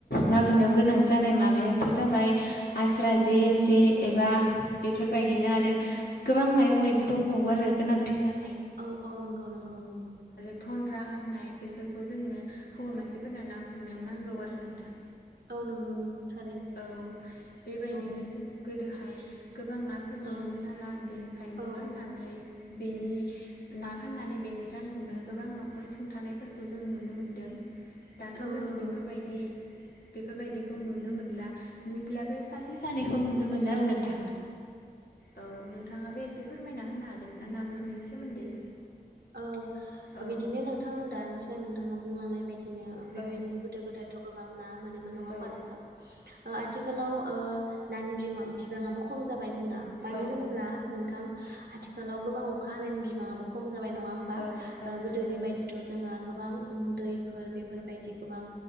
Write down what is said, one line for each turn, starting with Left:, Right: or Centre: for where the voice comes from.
Left: ना गुरनायाव गोनां जानाय माबायाथ' जाबाय आस्रा जे जे जे एबा बेफोरबायदिनो आरो गोबां माबा माबि दंबावो आरो गोनांथि जानाय
Right: औ औ नंगौ नंगौ नंगौ।
Left: धनन्द्रा होननाय बेफोरखौ जोंनो हौवा मानसिफोरनो ना गुरनायाव नांगौ आरो नोंथां
Right: औ नंगौ नंगौ थारैनो
Left: औ बेबायदिनो
Right: औ
Left: जों गोदोहाय गोबां नाफोर मोनोमोन
Right: औ
Left: नालाय बेनिखायनो
Right: औ
Left: फाननानै बेनि ना फाननानै बेनि रांजोंनो गोबां न'खर सुंथानायफोरखौ जों नुनो मोनदों दाथ'
Right: औ
Left: जोङो
Right: नंगौ
Left: बेफोरबायदि बेफोरबायदिखौ नुनो मोनला नैब्लाबो सासे सानैखौ नुनो मोनो आरो
Right: औ
Left: नोंथां
Right: नंगौ
Left: औ नोंथाङा बे एसे फोरमायना होनो हागोन ना ना गुरनायनि सोमोन्दै।
Right: औ
Left: औ
Right: बिदिनो नोंथां दानिसो नोंथाङा बुंलांनाय बायदि बिदिनो बेबायदिनो
Left: औ
Right: गोदो गोदायथ' गोबां ना मोनोमोन नङा होनबा
Left: औ
Right: नोंथां! ओ आथिखालाव ओ नानि बिबाङाबो खम जाबाय ना मानो
Left: औ
Right: होनोब्ला नोंथां आथिखालाव गोबां अखा हानायनि बिबाङा जाबाय नङा होमबा।
Left: औ औ
Right: गोदोनि
Left: नंगौ
Right: बायदि थ जोंहा- गोबां दैफोर बेफोरबायदि गोबां